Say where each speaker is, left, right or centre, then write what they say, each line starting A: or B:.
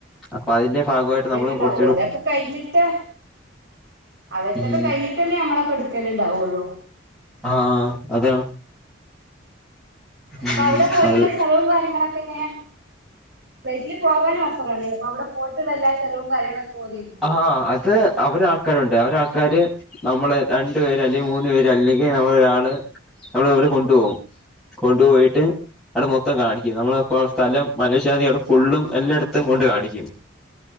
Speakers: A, in the centre; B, on the right.
A: അപ്പൊ അതിന്റെ ഭാഗമായിട്ട്
B: ആഹ് അങ്ങനെയൊക്കെ
A: നമ്മള്
B: ഉണ്ടാവും
A: കൊടു
B: ഓലൊക്കെ കഴഞ്ഞിട്ട് അവർത്തൊക്കെ
A: ഉം
B: കയിഞ്ഞിട്ടല്ലേ നമ്മളൊക്കെ എടുക്കലുണ്ടാവുള്ളു
A: ആഹ് അതാ
B: അപ്പൊ
A: ഉം
B: അവിടെ പോയിട്ട്
A: അത്
B: സ്ഥലവും കാര്യങ്ങളൊക്കെ എങ്ങനെയാ ഫ്ലൈറ്റില് പോകാനും അവസരലെ അപ്പൊ അവിടെ പോയിട്ടുള്ള എല്ലാ ചിലവും കാര്യങ്ങളൊക്കെ ഓര് എടുക്കുവോ
A: ആഹ് അത് അവരെ ആൾക്കാരുണ്ട് അവരെ ആൾക്കാര് നമ്മള് രണ്ടു പേര് അല്ലെങ്കിൽ മൂന്നു പേര് അല്ലെങ്കിൽ നമ്മളൊരാള് നമ്മള് ഓല് കൊണ്ടുപോകും കൊണ്ടുപോയിട്ട് അവിടെ മൊത്തം കാണിക്കും നമ്മളപ്പോ സ്ഥലം മലേഷ്യാ അവിടെ ഫുള്ളും എല്ലായിടത്തും കൊണ്ട് കാണിക്കും